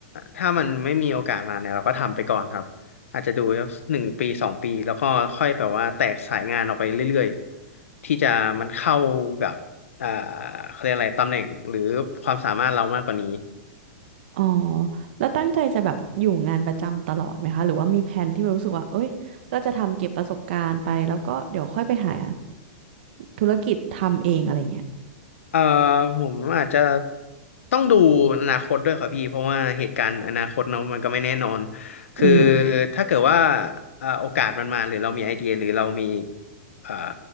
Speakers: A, on the left; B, on the right.
A: ถ้ามันไม่มีโอกาสมาเนี่ยเราก็ทำไปก่อนครับอาจจะดูหนึ่งปีสองปีแล้วก็ค่อยแบบว่าแตกสายงานออกไปเรื่อยๆที่จะมันเข้ากับอ่าเขาเรียกอะไรตำแหน่งหรือความสามารถเรามากกว่านี้
B: อ๋อแล้วตั้งใจจะแบบอยู่งานประจำตลอดไหมคะหรือว่ามีแผนที่รู้สึกว่าเอ้ยก็จะทำเก็บประสบการณ์ไป แล้วก็เดี๋ยวค่อยไปหาธุรกิจทำเองอะไรเงี้ย
A: เอ่อผมอาจจะต้องดูอนาคตด้วยครับพี่เพราะว่าเหตุการณ์อนาคตเนาะมันก็ไม่แน่นอนคือ
B: อืม
A: ถ้าเกิดว่าเอ่อโอกาสมันมาหรือเรามีไอเดียหรือเรามีเอ่อ